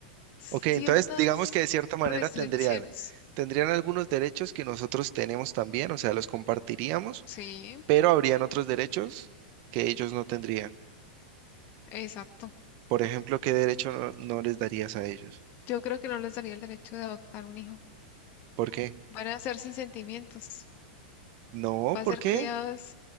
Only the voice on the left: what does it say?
ciertas
restricciones.
Sí,
exacto.
Yo creo que no les daría el derecho de adoptar un hijo.
Van a ser sin sentimientos.
Va a
ser
criados